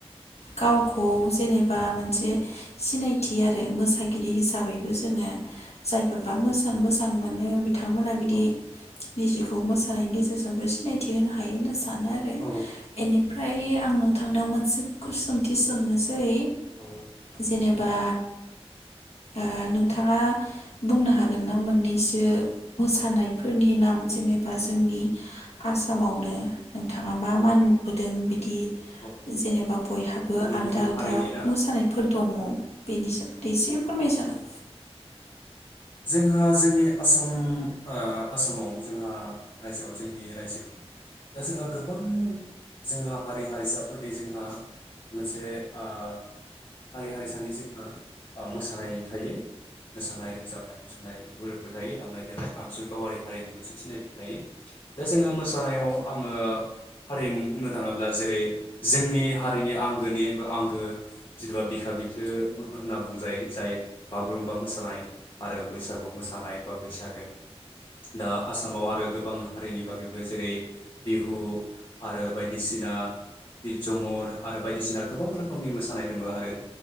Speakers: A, on the left; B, on the left.
A: गावखौ जेनेबा मोनसे सिनायथि आरो मोसागिरि हिसाबैबो जोङो जायफोरबा मोसानो मोजां मोनो बे बिथांमोना बिदि
B: औ
A: निजिखौ खौ मोसानायनि गेजेरजोंबो सिनायथि होनो हायो ना सार? सानो आरो
B: औ औ
A: एनिफ ओइ आं नोंथांनाव मोनसे खुस सोंथि सोंनोसै
B: औ
A: जेनेबा ओ नोंथाङा बुंनो हागोन ना मोननैसो मोसानायफोरनि नाम जेनेबा जोंनि आसामावनो नोंथाङा मा
B: औ
A: मा नु दों बिदि
B: औ
A: जेनेबा बयहाबो
B: गुबुन
A: आलदा
B: गुबुन
A: आलदा
B: हारिनि ना
A: मोसानायफोर दङ। बेनि सोमोन्दै एसे फोरमायजागोन।
B: जोंहा जोंनि आसाम ओ आसामाव जोंहा रायजोआव जोंनि रायजोआव दा जोंहा गोबां जोंहा हारि हारिसाफोरनि जोंहा मोनसे ओ हारि हारिसानि जोंहा मोसानाय थायो मोसानाय रोजाबनाय मोसानायफोर थायो दामनाय देनाय आगजु गावारि हारिनि मोनसे सिनायथि थायो दा जोंहा मोसानायाव आङो हारिम बुंनो थाङोब्ला जेरै जोंनि हारिनि आंगोनिबो आंगो जेनबा बिखा बिखो होनना बुंजायो जाय बागुरुमबा मोसानाय। आरो बैसागु मोसानाय बा बैसागो दा आसामाव आरो गोबां हारिनि बागैबो जेरै बिहु आरो बायदिसिना बिर जोमुर आरो बायदिसिना गोबां रोखोमनि मोसानाय दङ आरो